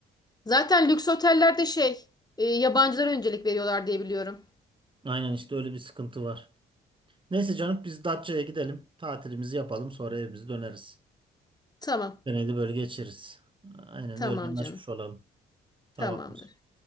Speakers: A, on the left; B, on the right.
A: Zaten lüks otellerde şey, e, yabancılara öncelik veriyorlar diye biliyorum.
B: Aynen işte öyle bir sıkıntı var. Neyse canım biz Datça'ya gidelim. Tatilimizi yapalım. Sonra evimize döneriz.
A: Tamam.
B: Deneyli böyle geçiriz. Aynen
A: Tamam
B: öyle anlaşmış
A: canım.
B: olalım. Tamamdır.
A: Tamamdır.